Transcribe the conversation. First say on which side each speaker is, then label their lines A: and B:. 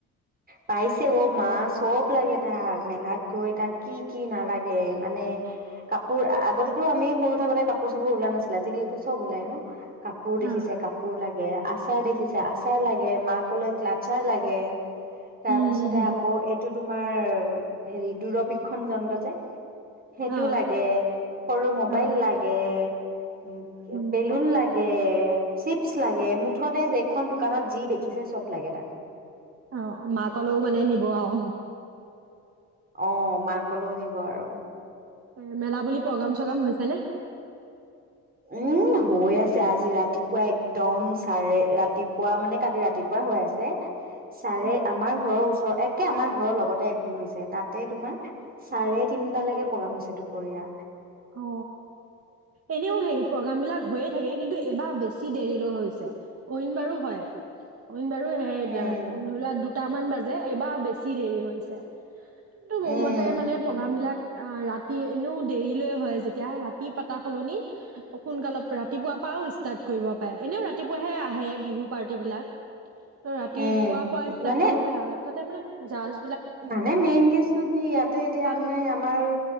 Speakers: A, on the right; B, on the right.
A: পাইছে অ মা চব লাগে তাক মেলাত গৈ তাক কি কি নালাগে মানে কাপোৰ আগতে আমি সৰু থাকোতে কাপোৰ চাপোৰ ওলোৱা নাছিলে আজিকালি তো চব ওলাই ন? কাপোৰ
B: উম
A: দেখিছে
B: অ
A: কাপোৰ লাগে আচাৰ দেখিছে আচাৰ লাগে মাকলৈ ক্লাচাৰ লাগে তাৰপিছতে
B: উম
A: আকৌ এইটো তোমাৰ হেৰি দূৰবীক্ষণ যন্ত্ৰ যে সেইটো
B: অ
A: লাগে সৰু মোবাইল
B: অ
A: লাগে উ
B: উম
A: বেলুন লাগে চিপছ লাগে মুঠতে যেইখন দোকানত যি দেখিছে চব লাগে তাক
B: অ মাকলেও মানে নিব আহ
A: অ মাকলৈও নিব আৰু
B: এ মেলা বুলি প্ৰগ্ৰাম চগ্ৰাম হৈছে নে?
A: উম হৈ আছে আজি ৰাতিপুৱা একদম চাৰে ৰাতিপুৱা মানে কালি ৰাতিপৰা হৈ আছে ছাৰে
B: অ
A: আমাৰ ঘৰৰ ওচৰ এক কে আমাৰ ঘৰৰ লগতে এখন হৈছে তাতে তোমাৰ চাৰে তিনটালৈকে প্ৰগ্ৰাম হৈছে দুপৰীয়া
B: অ এনেও সেই প্ৰগ্ৰাম বিলাক হৈয়ে থাকে কিন্তু এবাৰ বেছি দেৰি ল হৈছে অইন বাৰো হয় অইন বাৰু সেই
A: উম
B: ধৰিলা দু সাতটামান বাজে এবাৰ বেছি দেৰি হৈছে কিন্তু মোৰ
A: উম
B: মতে মানে প্ৰগ্ৰাম বিলাক অ ৰাতি ইনেও ডেইলে হয় যেতিয়া ৰাতি পাতা সলনি সোনকালত ৰাতিপুৱা পৰাও ষ্টাৰ্ট কৰিব পাৰে এনেও ৰাতিপুৱাহে আহে বিহু পাৰ্টি বিলাক ত ৰাতিপুৱা
A: উম
B: পৰা ষ্টাৰ্ট
A: মানে
B: কৰিব পাৰে আৰু তাতে মানে জাৰজ
A: মানে মেইন কেছটো কি ইয়াতে এতিয়া
B: তাত
A: আমাৰ আমাৰ